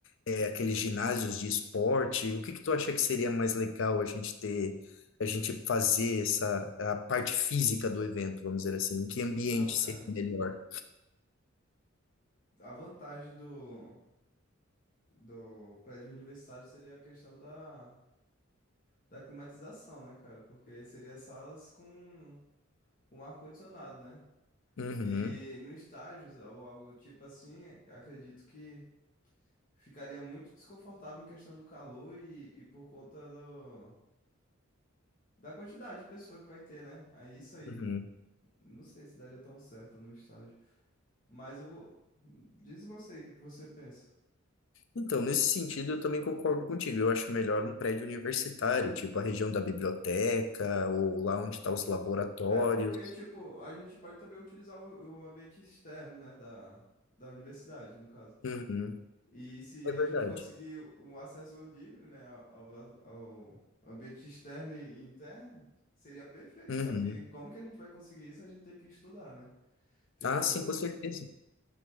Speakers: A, on the left; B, on the left.
A: é, aqueles ginásios de esporte? O que que tu acha que seria mais legal a gente ter, a gente fazer essa a parte física do evento, vamos dizer assim? Em que ambiente
B: Então, cara,
A: seria melhor?
B: a vantagem do, do prédio universitário seria a questão da, da climatização, né, cara? Porque seria salas com, com ar-condicionado, né?
A: Uhum,
B: E no estágios ou algo do tipo assim, acredito que ficaria muito desconfortável em questão do calor e, e por conta do, da quantidade de pessoa que vai ter, né? Aí isso aí,
A: uhum.
B: não sei se daria tão certo no estágio. Mas eu vou. Diz você aí, o que é que você pensa?
A: Então, nesse sentido, eu também concordo contigo. Eu acho melhor um prédio universitário, tipo a região da biblioteca ou lá onde estão os laboratórios.
B: É, porque, tipo, a gente pode também utilizar o, o ambiente externo, né, da, da universidade, no caso.
A: Uhum,
B: E se
A: é
B: a
A: verdade.
B: gente conseguir um acesso livre, né, ao, ao ambiente externo e interno, seria perfeito.
A: Uhum.
B: Só que como que a gente vai conseguir isso? A gente tem que estudar, né? Tem
A: Ah,
B: que fazer
A: sim,
B: pesquisa.
A: com certeza.